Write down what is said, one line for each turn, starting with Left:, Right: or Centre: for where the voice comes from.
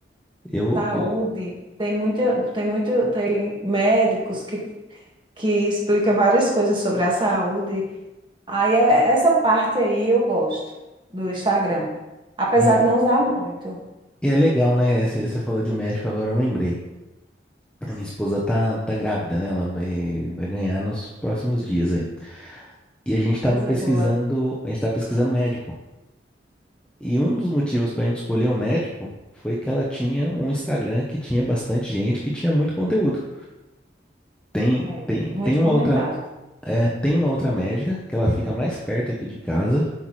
Centre: Eu,
Right: Saúde,
Centre: eu,
Right: tem muita, tem muito, tem médicos que, que explica várias coisas sobre a saúde. Aí é- essa parte aí eu gosto do Instagram. Apesar
Centre: e,
Right: de não usar muito.
Centre: e é legal, né? Você, você falou de médico, agora eu lembrei. A minha esposa tá, tá grávida, né? Ela vai, vai ganhar nos próximos dias aí. E a gente tava
Right: Coisa
Centre: pesquisando,
Right: boa.
Centre: a gente tava pesquisando médico. E um dos motivos para a gente escolher o médico foi que ela tinha um Instagram que tinha bastante gente, que tinha muito conteúdo. Tem,
Right: É,
Centre: tem,
Right: tem muito
Centre: tem uma
Right: comentário.
Centre: outra É, tem uma outra médica que ela fica mais perto aqui de casa.